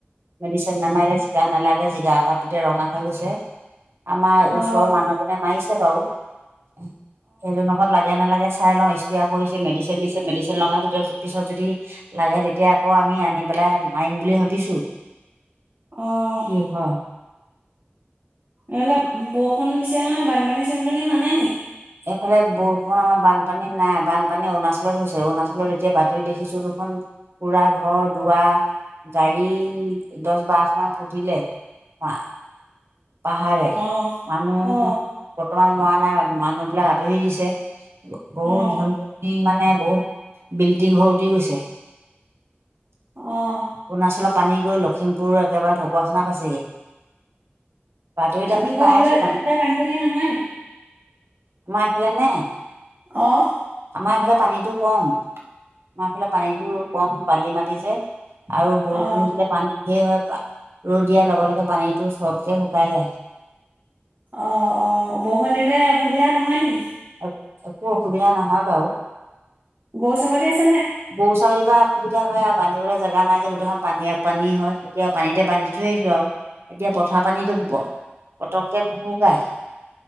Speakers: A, on the right; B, on the right.
A: মেডিচিন নামাৰে <unintelligible> নালাগে <unintelligible> পাতিতে ৰঙা হৈ গৈছে। আমাৰ
B: অ'
A: ওচৰৰ মানুহজনে মাৰিছে বাৰু, সেইজনৰ ঘৰত লাগে নে নালাগে। চাই লওঁ স্প্ৰা কৰিছে, মেডিচিন দিছে। মেডিচিন লগা পি-পিছত যদি লাগে, তেতিয়া আকৌ আমি আনি পেলাই। মাৰিম বুলি ভাবিছো
B: অহ
A: কি হয়
B: অলপ বৰষুণ দিছে নহয়, বানপানী চানপানী হোৱা নাই নি?
A: এইফালে বৰষুণ, আমাৰ বানপানী নাই। বানপানী অৰুণাচলত হৈছে, অৰুণাচলত এতিয়া বাতৰিত দেখিছো। এ পুৰা ঘৰ দুৱাৰ গাড়ী দহ বাৰশ মান পুধিলে হয় পাহাৰে,
B: অ
A: মানুহ
B: অ
A: বৰ্তমান ল'ৰা নাই মানুহ বিলাক আঁতৰি দিছে। বহুত
B: অ
A: ধনী ধনী মানে বহুত বিল্ডিং ঘৰ উটি গৈছে
B: অহ।
A: অৰুণাচলৰ পানী গৈ লখিমপুৰ একেবাৰে ঢকুৱাখানা পাইছেগৈ বাতৰিত
B: আপোনালোকৰ
A: আমি পাই
B: সেইফালে
A: আছো মানে
B: এইফালে পানী চানী নহয় নি?
A: আমাৰ এইফালে নে
B: অ
A: আমাৰ এইফালে? পানীটো কম, আমাফালে পানীটো কম বালি মাটি যে। আৰু বৰষুণ
B: অ
A: দিলে পানী ঢেৰ হয়, ৰ'দ দিয়াৰ লগে লগে পানীটো চটকে শুকাই যায়।
B: অ', অ', বৰষুণ দিলে অসুবিধা নহয় নেকি?
A: এক-একো অসুবিধা নহয় বাৰু।
B: গৰু, ছাগলী আছ
A: গৰু, ছাগলী বা সুবিধা হয় আৰু বান্ধিবলৈ জেগা নাই যে গোটেইখন পানীয়া পানী হয়, এতিয়া পানীতে বান্ধি থৈ আহিছো আৰু। এতিয়া পথাৰৰ পানীটো প-পতককে নোসোকাই।